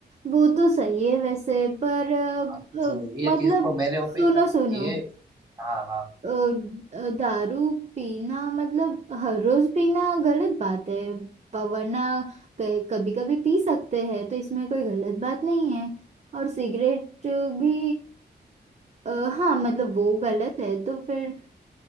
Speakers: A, on the right; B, on the right.
A: वो तो सही है वैसे पर अ, अ,
B: हाँ, तो ये
A: मतलब
B: चीज तो मेरे ओपिनियन
A: सुनो सुनो
B: ये हाँ हाँ
A: अ, अ, दारू पीना मतलब हर रोज पीना गलत बात है प- वरना कभी कभी पी सकते हैं तो इसमें कोई गलत बात नहीं है और सिगरेट भी अ, हाँ मतलब वो गलत है तो फिर अ,